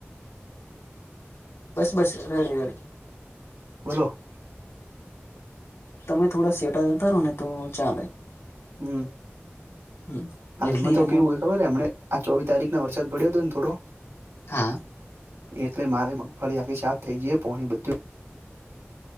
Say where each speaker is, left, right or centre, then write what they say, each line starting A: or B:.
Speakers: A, on the left; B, on the right.
A: બસ બસ નોડી નોડી
B: બોલો.
A: તમે થોડા સેટા જતા રહો ને તો ચાલે
B: હમ
A: હમ
B: હાલમાં
A: એટલે
B: તો
A: એમાં
B: કેવું હોય ખબર હમને આ ચોવી તારીખ ના વરસાદ પડ્યો હતો ને થોડો
A: હા
B: એટલે મારે મગફળી આખી સાફ થઈ જઈે પોહણી બધું.